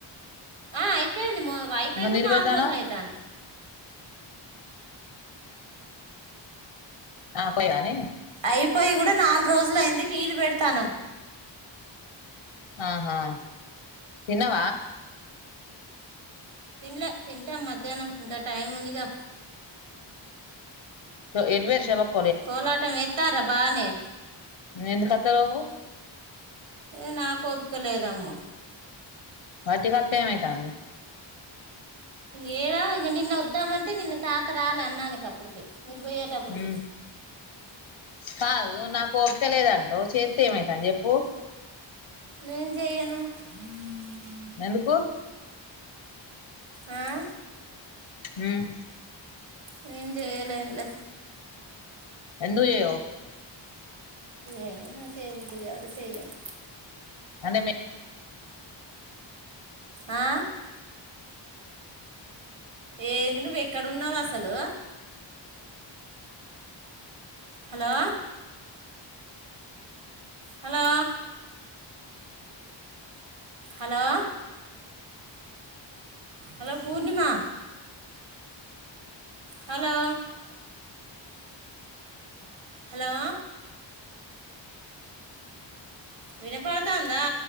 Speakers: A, on the right; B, on the left.
A: ఆ అయిపోయింది అయిపోయి
B: మరి
A: కూడా
B: నీళ్ళు
A: నాలుగు
B: పెడతానవ్
A: రోజులు అవుతాంది.
B: ఆ పో కానీ
A: అయిపోయి కూడా నాలుగు రోజులు అయింది. నీళ్లు పెడత్తనామ్
B: ఆహా తిన్నావ్
A: తినలే తింటాం, మధ్యాహ్నం ఇంకా టైం ఉందిగా.
B: ఏటు పోయిండ్రు షేబాక్
A: కోలాటం ఎత్తారా బానే
B: నువ్వు ఎందుకు వోత్తలేవు
A: ఏ నాకు ఓపికలేదామ్మ
B: వట్టిగా వస్తే ఏమైతంది
A: ఏడా ఇంక నిన్న వద్దామంటే నిన్న తాత రాలే అన్నానికి అప్పటికి. నువ్వు పొయ్యేటప్పుడికి
B: ఉమ్ కాదు నాకు ఒపికలేదంటవ్ చేస్తే ఏమైతాంది చెప్పు
A: నేను చెయను హుమ్మ్
B: ఎందుకు
A: ఆ
B: హుమ్మ్
A: నేను చేయాలెన్లే
B: ఎందుకు చెయ్యావ్
A: ఏమో నాకు చేయ బుద్ధి కాలే చేయలే
B: అంటే మిక్
A: ఆ ఏంది నువ్వు ఎక్కడు ఉన్నావు అసలు. Hello hello hello hello Purnima hello hello వినపడుతాందా